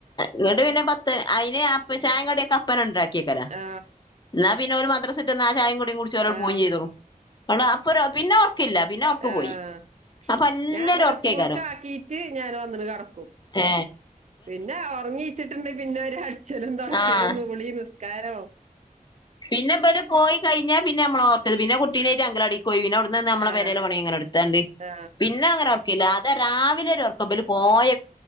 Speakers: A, on the left (about 30°); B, on the right (about 50°).
A: ഇങ്ങട്ട് പിന്നെ പത്ത് അയിന് അപ്പ ചായ കടിയൊക്കെ അപ്പണ്ടാക്കി വെക്കല
B: ആ
A: എന്നാ പിന്നെ മദ്രസ ഇട്ടന്നാ ചായ കടി കുടി കുടിച് ഓല്
B: ആ
A: പോയും ചെയ്തോളും അപ്പ പിന്നെ ഉറക്കില്ല പിന്നെ ഉറക്ക്
B: ആ
A: പോയി അപ്പൊ നല്ലൊരു
B: ഞാൻ ഇവലെ
A: ഒറക്കേക്കാരം
B: സ്കൂൾക് ആക്കിട്ട് ഞാൻ വന് കിടക്കും
A: ഏ
B: പിന്നെ ഉറങ്ങച്ചിട്ടുണ്ട് പിന്നെ അടിച്ചലും തുടക്കലും
A: ആഹ്
B: കുളി നിസ്കാരോ
A: പിന്നെ ഇവല് പോയികഴിഞ്ഞാ പിന്ന നമ്മള ഓർകല് പിന്നെ കുട്ടീനെറ്റ് അംഗലവാടി പോയി പിന്നെ നമ്മളെ
B: ആ
A: പെരടെ പണി അങ്ങനെ എടുത്താണ്ട്
B: ആ
A: പിന്നെ അങ്ങനെ അത് രാവിലെ ഒരുർക്ക ഇവർ പോയ